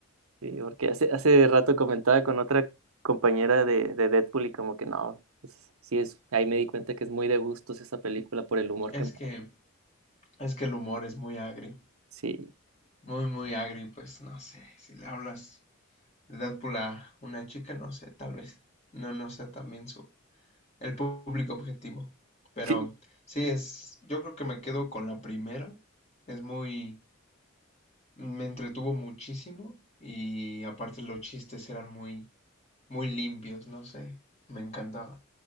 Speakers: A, on the right; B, on the left.
A: Sí, porque hace, hace rato comentaba con otra compañera de, de Deadpool y como que no, pues sí es, ahí me di cuenta que es muy de gustos esa película por el humor que
B: Es
A: me...
B: que, es que el humor es muy agrio.
A: Sí,
B: Muy, muy agrio, pues no sé, si le hablas Edad para una chica no sé, tal vez, no, no sea también su, el público objetivo. Pero
A: sí,
B: sí, es, yo creo que me quedo con la primera. Es muy, me entretuvo muchísimo y aparte los chistes eran muy, muy limpios, no sé, me encantaba.